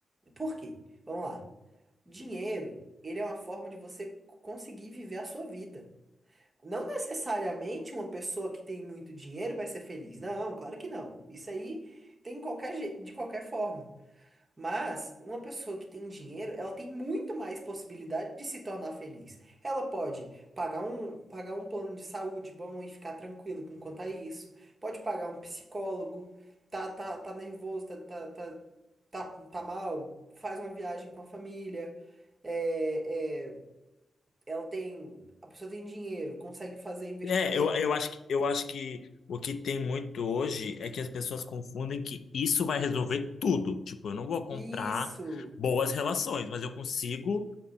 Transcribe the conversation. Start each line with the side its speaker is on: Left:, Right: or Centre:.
Right: Por quê? Vamos lá. Dinheiro, ele é uma forma de você conseguir viver a sua vida. Não necessariamente uma pessoa que tem muito dinheiro vai ser feliz. Não, claro que não. Isso aí tem em qualquer, je- de qualquer forma. Mas uma pessoa que tem dinheiro, ela tem muito mais possibilidade de se tornar feliz. Ela pode pagar um, pagar um plano de saúde bom e ficar tranquilo com quanto a isso. Pode pagar um psicólogo, tá, tá, tá nervoso, tá, tá, tá, tá, tá mal, faz uma viagem com a família. é, é, ela tem, a pessoa tem dinheiro, consegue fazer investimento
Left: É, eu, eu acho que, eu acho que o que tem muito hoje é que as pessoas confundem que isso vai resolver tudo. Tipo, eu não vou comprar
Right: Isso.
Left: boas relações, mas eu consigo,